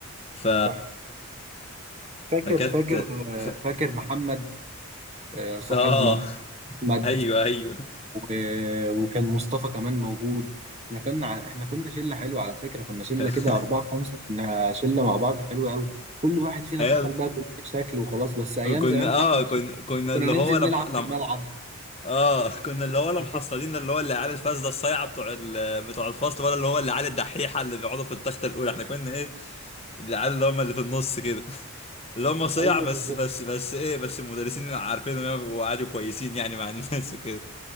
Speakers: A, on the left; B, on the right.
A: ف
B: صح فاكر
A: فكانت
B: فاكر آه،
A: ف...
B: فاكر محمد آه، صاحبنا
A: اه
B: احمد
A: ايوه ايوه
B: و- وكان مصطفى كمان موجود احنا كنا ع- احنا كنا شله حلوه على فكره كنا شله
A: <laughs>
B: كده اربعه خمسه كنا شله مع بعض حلوه قوي كل واحد فينا
A: هل
B: دخل بقى كل شكل وخلاص بس ايام
A: كنا
B: زمان
A: اه
B: بتاعت المدرسه
A: كنا كنا
B: كنا
A: اللي
B: ننزل
A: هو لم...
B: نلعب
A: لم...
B: في الملعب
A: اه كنا اللي هو لا
B: فاكر
A: محصلين اللي هو اللي عيال الفاسده الصايعه بتوع ال- بتوع الفصل ولا اللي هو اللي عيال الدحيحه اللي بيقعدوا في التخته الاولى احنا كنا ايه العيال اللي هم اللي في النص كده <laughs> اللي هم صيع
B: ايوه
A: بس
B: بالظبط
A: بس بس ايه بس المدرسين عارفينهم وقعدوا كويسين يعني مع <laughs> الناس وكده